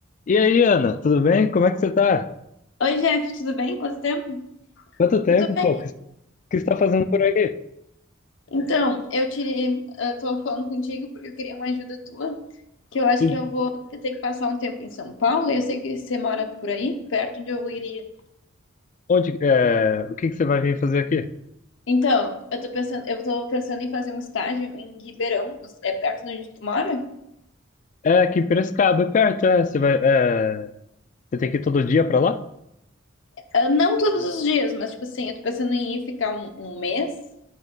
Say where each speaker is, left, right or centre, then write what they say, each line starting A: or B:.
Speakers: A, on the left (about 40°); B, on the left (about 70°).
A: E aí, Ana, tudo bem? Como é que você tá?
B: Oi, Jeff, tudo bem? Quanto tempo?
A: Quanto tempo,
B: Eu tô bem.
A: pô? O que o que você tá fazendo por aqui?
B: Então, eu tirei, eu tô falando contigo porque eu queria uma ajuda tua, que eu acho
A: E
B: que eu vou ter que passar um tempo em São Paulo, e eu sei que você mora por aí, perto de onde eu iria.
A: Onde, é, o que que você vai vir fazer aqui?
B: Então, eu tô pensando, eu tô pensando em fazer um estágio em Ribeirão, é perto de onde tu mora?
A: É, aqui em Piracicaba, é perto, é. Você vai, é, você tem que ir todo dia pra lá?
B: Ah, Não todos os dias, mas tipo assim, eu tô pensando em ir ficar um, um mês